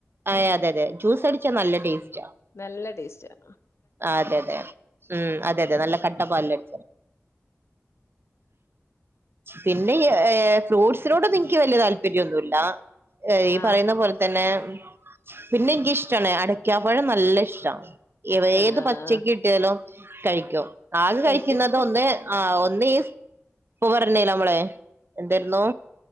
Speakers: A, on the right; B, on the left.
A: അയ് അതെ അതെ ജ്യൂസ് അടിച്ചാ നല്ല ടേസ്റ്റാ
B: നല്ല ടേസ്റ്റാ
A: അതെ അതെ ഉം അതെ അതെ നല്ല കട്ടപ്പാലിൽ അടിച്ചാ പിന്നെ ഏഹ് ഫ്രൂട്ട്സിനോടൊന്നും എനിക്ക് വല്യ താല്പര്യൊന്നുല്ല ഏഹ് ഈ
B: ആഹ്
A: പറയുന്ന പോലെ തന്നെ പിന്നെ എനിക്ക് ഇഷ്ടാണ് അടക്കാപ്പഴം നല്ല ഇഷ്ടാ
B: ഇഷ്ടാണ്
A: ഏത്
B: ആഹ്
A: പച്ചക്ക് കിട്ടിയാലും കഴിക്കും ആകെ കഴിക്കുന്നത്
B: കഴിക്കും
A: ഒന്ന് ആഹ് ഒന്നീ ഇപ്പപറഞ്ഞില്ലെ നമ്മള് എന്തായിരുന്നു